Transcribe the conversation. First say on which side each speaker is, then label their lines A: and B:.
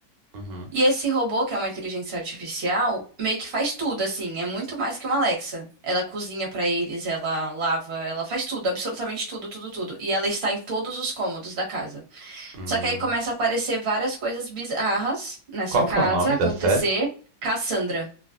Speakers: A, on the right; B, on the right.
A: Uhum.
B: E esse robô, que é uma inteligência artificial, meio que faz tudo, assim, é muito mais que uma Alexa. Ela cozinha pra eles, ela lava, ela faz tudo, absolutamente tudo, tudo, tudo. E ela está em todos os cômodos da casa.
A: Hum.
B: Só que aí começa a aparecer várias coisas bizarras nessa
A: Qual
B: casa,
A: que é o nome
B: acontecer
A: da série?
B: Cassandra.